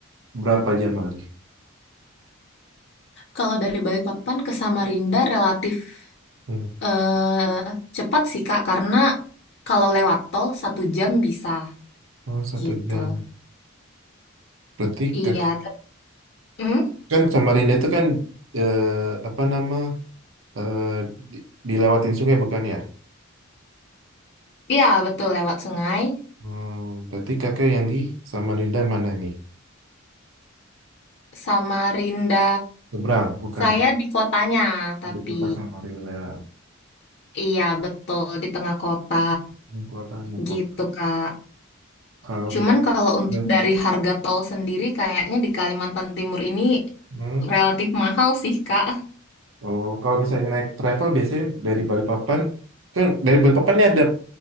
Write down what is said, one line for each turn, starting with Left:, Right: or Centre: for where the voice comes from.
Right: berapa jam lagi?
Left: Kalau dari Balikpapan ke Samarinda relatif
Right: Hmm.
Left: eh, cepat sih Kak karena kalau lewat tol satu jam bisa
Right: Oh, satu
Left: gitu.
Right: jam. Berarti
Left: Iya,
Right: kan,
Left: tep- hmm?
Right: kan Samarinda itu kan eh, apa nama eh, di- dilewatin sungai bukan ya?
Left: Iya betul lewat sungai.
Right: Hmm, berarti kakak yang di Samarinda mana nih?
Left: Samarinda
Right: Seberang, bukan.
Left: Saya di kotanya, tapi
Right: Di kota Samarinda.
Left: iya betul di tengah kota
Right: Hmm, Kota Depok.
Left: gitu, Kak.
Right: Kalau
Left: Cuman
Right: misalnya,
Left: kalau untuk dari harga tol sendiri kayaknya di Kalimantan Timur ini
Right: hmm,
Left: relatif mahal sih, Kak.
Right: oh, kalau misalnya naik travel biasanya dari Balikpapan, kan dari Balikpapan ini ada